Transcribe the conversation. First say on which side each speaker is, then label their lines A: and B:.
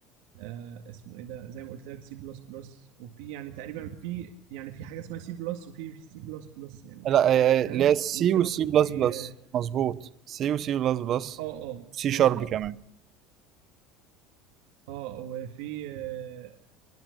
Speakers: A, on the right (about 80°); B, on the right (about 40°).
A: آه اسمه ايه ده زي ما قلت لك سي بلس بلس وفي يعني تقريبا في يعني في حاجه اسمها سي بلس وفي سي بلس بلس يعني
B: لا آه، آه،
A: فاهم
B: اللي هي سي
A: ممكن
B: وسي
A: اكون
B: بلس
A: ايه
B: بلس مظبوط سي وسي بلس بلس
A: اه اه
B: سي
A: مظبوط
B: شارب كمان
A: اه وفي آه